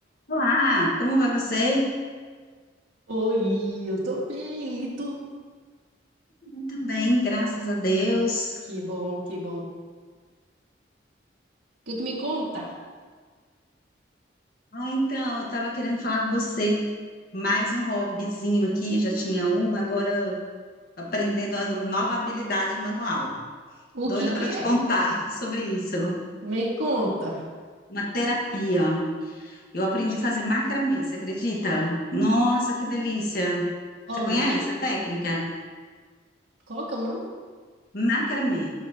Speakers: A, on the left (about 50°); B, on the right (about 85°).
A: Olá, como vai você?
B: Oi, eu tô bem, e tu?
A: Eu também, graças a Deus.
B: Que bom, que bom. O que que me conta?
A: Ah, então, eu estava querendo falar com você. Mais um hobbyzinho aqui, já tinha um, agora aprendendo a nova habilidade manual.
B: O
A: Doida
B: que que
A: para te
B: é?
A: contar <laughs> sobre isso.
B: Me conta.
A: Uma terapia. Eu aprendi a fazer macramê, você acredita? Nossa, que delícia!
B: Qual
A: Você conhece
B: o nome?
A: a técnica?
B: Qual que é o nome?
A: Macramê.